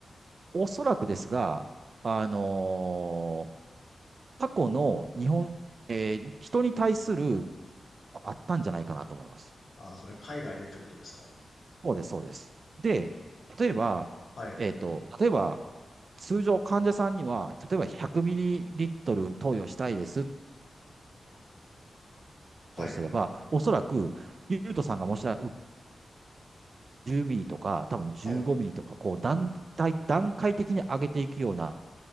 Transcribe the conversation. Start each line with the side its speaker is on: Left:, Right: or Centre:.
Right: おそらくですが、あのー過去の日本、人に対するあったんじゃないかなと思います。
Left: あー、それ海外でってことですか。
Right: そうです、そうです。で、例えば、
Left: はい。
Right: えっと、例えば、通常患者さんには、例えば100ミリリットル投与したいです
Left: はい。
Right: とすれば、おそらく、ユウトさんがもしな10ミリとか、多分15ミリとか、
Left: はい。う
Right: こう段階、段階的に上げていくような